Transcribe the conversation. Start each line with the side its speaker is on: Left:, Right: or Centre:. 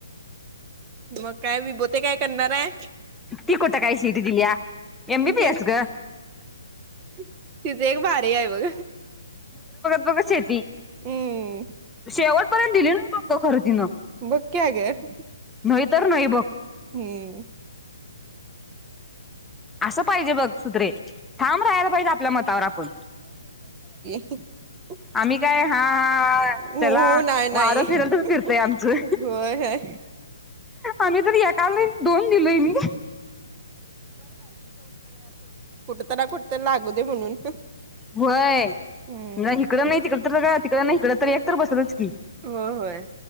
Right: मग काय विबोते काय करणार हाय.
Centre: ती कोठ काय सिट दिल्या. एमबीबीएस
Right: ते....
Centre: ग
Right: तिज एक भारी हाय बघ.
Centre: बघ शेती
Right: हम्म
Centre: शेवट पर्यंत दिली नाही बग. खरं तिन.
Right: बघ की अगं
Centre: नाही तर नाही बघ.
Right: हम्म.
Centre: असं पाहिजे बघ सुप्रे ठाम राहायला पाहिजे. आपल्या मतावर आपण.
Right: ह
Centre: आम्ही काय हा. हा
Right: हो
Centre: चला.
Right: नाही नाही
Centre: वारं फिरल तस फिरतय आमचं.
Right: होय होय
Centre: आम्ही तर एकावेळीस दोन दिलोय मी.
Right: त्याला कुठतर लागू दे म्हणून.
Centre: व्हयं.
Right: हम्म
Centre: इकडं नाही तिकड तर का तिकडं नाही इकड तर एक तर बसलच की.
Right: होय होय